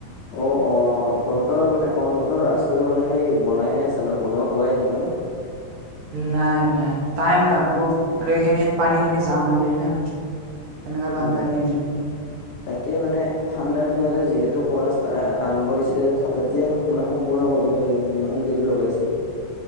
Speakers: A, on the left; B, on the right.
A: অ অ তহঁতৰ মানে অ তহঁতৰ ৰাচ <unintelligible> মানে সেই বনাইহে আছে ন বনোৱা হোৱাই নাই ন?
B: নাই নাই টাইম লাগব আৰু এইখিনি পানীখিনি জাম হৈ যায় না তেনেকা
A: উম
B: বানপানী হৈছে
A: তাকে মানে ঠাণ্ডাৰ দিনতে যিহেতু কৰা ষ্টা আৰম্ভ <unintelligible> তেতিয়াই মানে সম্পূৰ্ণ ক দিব লাগে হয় ইমান দেৰি লগাইছে।